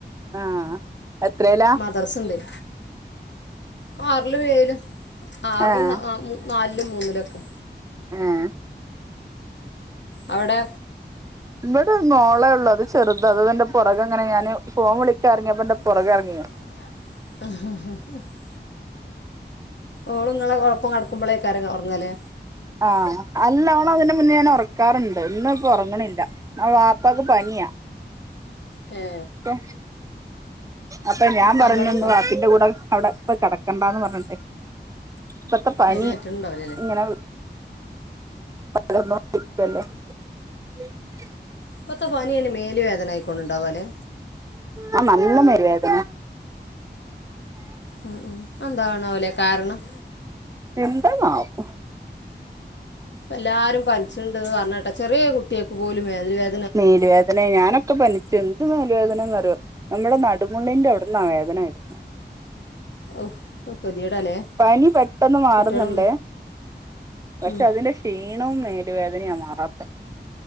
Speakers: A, on the right; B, on the left.
A: ആഹ് എത്രല്ലാ
B: <unintelligible> ഇപ്പ ആറിലും ഏഴിലും അറില്
A: ആഹ്
B: <unintelligible> നാലിലും മൂന്നിലൊക്കെ
A: ആഹ്
B: അവിടെ
A: ഇവിടെ മോളെ ഉള്ളൂ. അത് ചെറുതാ അത് എന്റെ പുറകെ ഇങ്ങനെ ഞാന് ഫോൺ വിളിക്കാ ഇറങ്ങിയപ്പം എന്റെ
B: <inaudible>
A: പുറകെ ഇറങ്ങി
B: ഓള് നിങ്ങളെ ഒപ്പം കടക്കുമ്പേകാരം ഉറങ്ങല്ലേ.
A: ആഹ് അല്ല ഓളെ അതിന്റെ മുന്നേ ഞാൻ ഉറക്കാറുണ്ട്. ഇന്ന് പ്പൊ ഉറങ്ങണില്ല അ വാപ്പക്ക് പനിയാ.
B: ഏ
A: അപ്പം അപ്പൊ ഞാൻ
B: സങ്കടണ്ടോ
A: പറഞ്ഞു ഒന്നു വാപ്പിന്റെ കൂടെ. അവിടെ ഇപ്പ കിടക്കണ്ടാന്ന് പറഞ്ഞട്ടെ ഇപ്പത്തെ പനി
B: അയിന് പറ്റ്ണ്ടാവൂലല്ലേ
A: ഇങ്ങനെ. <unintelligible>
B: ഇപ്പഴത്തെ പനിയതിന് മേൽ വേദന ആയി കൊണ്ടുണ്ടാവല്ലേ.
A: ആ നല്ല മേല് വേദന.
B: ഉം ഉം എന്താണാവലേ കാരണം.
A: എന്താണാവോ.
B: എല്ലാരും പനിച്ചിണ്ട്ന്ന് പറഞ്ഞട്ടാ ചെറിയ കുട്ടിയൊക്ക് പോലും മേല് വേ
A: മേല് വേദന ഞാനും. പനിച്ച് എന്ത് മേല് വേദന എന്നറിയോ നമ്മുടെ നടുമുള്ളിന്റെ അവിടന്നാ വേദന വരുന്നെ.
B: ഔ ഒക്കെ ഗതികേടാല്ലേ
A: പനി പെട്ടെന്ന് മാറുന്നുണ്ടേ.
B: കുട്ടികളും
A: പക്ഷെ
B: ഉം
A: അതിന്റെ ക്ഷീണവും മേലു വേദനയും ആണ് മാറാത്ത.